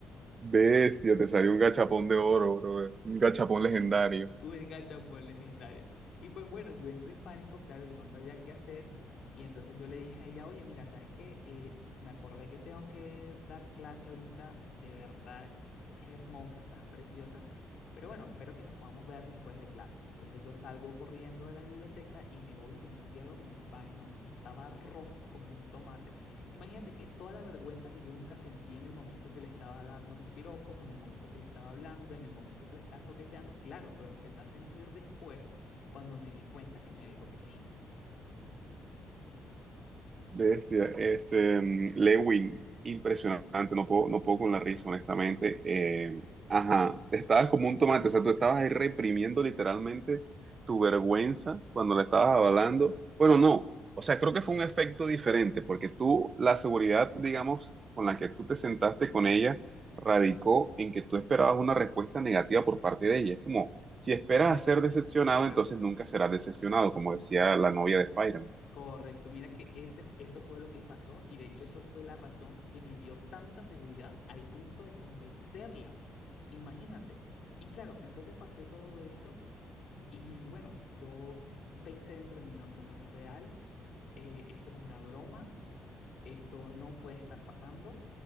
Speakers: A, on the right (about 40°); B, on the left (about 65°).
A: Bestia, te salió un gachapón de oro, bro, un gachapón legendario.
B: <laughs> un gachapón legendario. Y pues bueno, yo entré en pánico, claro, yo no sabía qué hacer. Y entonces yo le dije a ella, oye, mira, ¿sabes qué? Eh, me acordé que tengo que dar clase ahorita, de verdad, estás hermosa, estás preciosa, pero bueno, espero que nos podamos ver después de clase. Entonces yo salgo corriendo de la biblioteca y me voy y me encierro en el baño y estaba rojo como un tomate Imagínate que toda la vergüenza que yo nunca sentí en el momento que le estaba dando mis piropos, en el momento que le estaba hablando, en el momento que le estaba coqueteando, claro, lo empecé a sentir después cuando me di cuenta que me dijo que sí.
A: Bestia, este, este, mm, Lewin, impresionante, no puedo, no puedo con la risa, honestamente. Eh, ajá, estabas como un tomate, o sea, tú estabas ahí reprimiendo literalmente tu vergüenza cuando la estabas avalando. Bueno, no, o sea, creo que fue un efecto diferente, porque tú, la seguridad, digamos, con la que tú te sentaste con ella, radicó en que tú esperabas una respuesta negativa por parte de ella. Es como, si esperas
B: Correcto,
A: a ser decepcionado,
B: correcto,
A: entonces nunca serás decepcionado, como decía la novia de Spider-Man.
B: correcto. Mira que ese, eso fue lo que pasó y de hecho eso fue la razón que me dio tanta seguridad al punto de convencerla. Imagínate. Y claro, entonces pasó todo esto y bueno, yo pensé dentro de mí, no, esto no es real, eh, esto es una broma esto no puede estar pasando.